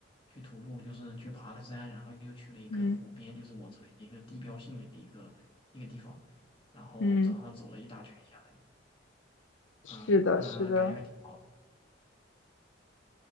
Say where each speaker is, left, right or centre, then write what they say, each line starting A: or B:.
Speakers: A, on the left; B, on the left.
A: 去徒步，就是去爬了山，然后又去了一个湖边，
B: 嗯
A: 就是我这里的一个地标性的一个一个地方。然后早上走了一大圈下来，
B: 嗯嗯是的，
A: 嗯嗯、
B: 是的。
A: 呃感觉还挺好的。